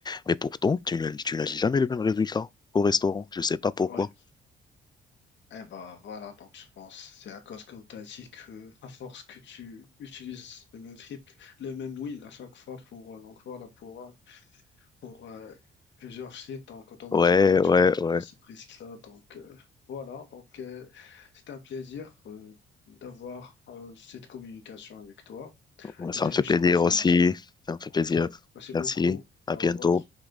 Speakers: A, on the left; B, on the left.
A: Mais pourtant, tu n'as, tu n'as jamais le même résultat au restaurant. Je sais pas pourquoi.
B: Ouais. Eh ben voilà, donc je pense c'est à cause qu'on t'a dit que à force que tu utilises le même script, le même wheel à chaque fois pour euh, donc voilà pour euh, pour euh, plusieurs sites, donc automatiquement
A: Ouais,
B: tu
A: ouais,
B: vas
A: ouais.
B: avoir ce risque-là. Donc euh, voilà, donc euh, c'est un plaisir euh, d'avoir euh, cette communication avec toi.
A: Ouais,
B: C'était
A: Ça me fait
B: riche
A: plaisir
B: en informations.
A: aussi. Ça me fait
B: Donc
A: plaisir.
B: euh, merci
A: Merci.
B: beaucoup
A: À
B: et au
A: bientôt.
B: revoir.